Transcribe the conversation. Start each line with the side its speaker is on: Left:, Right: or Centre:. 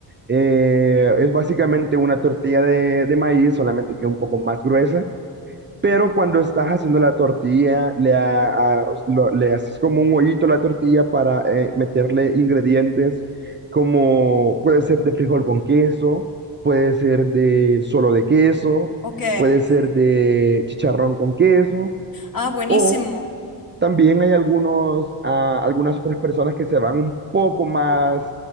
Right: Eh, es básicamente una tortilla de, de maíz, solamente que un poco más gruesa Pero cuando estás haciendo la tortilla, le, ha- a- lo- le haces como un hoyito a la tortilla para eh, meterle ingredientes como puede ser de frijol con queso, puede ser de solo de queso,
Left: Ok.
Right: puede ser de chicharrón con queso,
Left: Ah, buenísimo.
Right: o también hay algunos, ah, algunas otras personas que se van un poco más